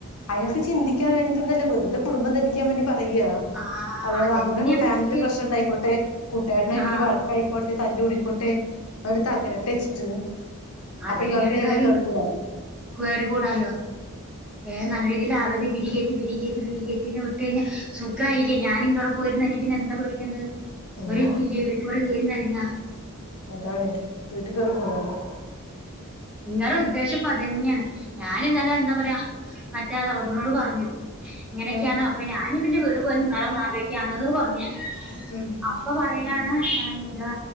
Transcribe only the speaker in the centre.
ആ
അതന്നെയാണ്
സത്യം
ആ
അതന്നെയാണ്
കാര്യം
കേറിക്കൂടാലോ വേം ന്നല്ല രീതിൽ ആവര്ത് പിരികേറ്റി പിരികേറ്റി പിരികേറ്റി നെ വിട്ട് കഴിഞ്ഞാ സുഖായീല്ലെ ഞാനിൻ്റൊടും പോയിര്ന്നെങ്കി പിന്നെ എന്താ പേടിക്കണ്ടത്
ഒരു തും ഇല്ല്യേ ഇവർക്കിവിടെ കേറി ന്നെരങ്ങാ
ഇങ്ങേരെ ഉദ്ദേശം പ്പം അതന്ന്യാണ് ഞാന് ന്നലെ എന്താ പറയാ മറ്റേ ആ എളപ്പിനോട് പറഞ്ഞു ഇങ്ങനൊക്കെയാണ്
അപ്പ ഞാൻപ്പ ന്റെ വീട്ട് പോയി നിന്നാലോ ന്ന് ആലോയ്ക്കാണ്ന്ന് പറഞ്ഞ്
അപ്പ പറയാണ് എന്താ